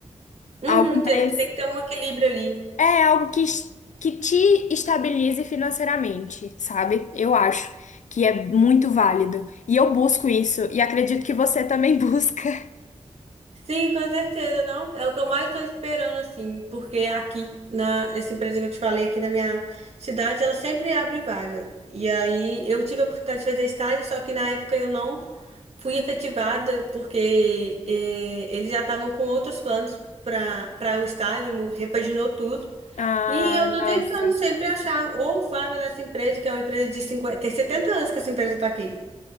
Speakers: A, on the right (about 55°); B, on the left (about 75°).
A: Uhum,
B: algo
A: tem,
B: mais
A: tem que ter um equilíbrio ali.
B: É algo que, es- que te estabilize financeiramente, sabe? Eu acho que é muito válido. E eu busco isso, e acredito que você também <laughs> busca.
A: Sim, com certeza, não. É o que eu mais estou esperando, assim, porque aqui na, nessa empresa que eu te falei, aqui da minha cidade, ela sempre abre vaga. E aí eu tive a oportunidade de fazer estágio, só que na época eu não fui efetivada, porque eh, eles já estavam com outros planos para para o estágio, mu- repaginou tudo.
B: Ah,
A: E eu tô
B: nossa.
A: tentando sempre achar ou vaga nessa empresa, que é uma empresa de 50 tem 70 anos que essa empresa está aqui.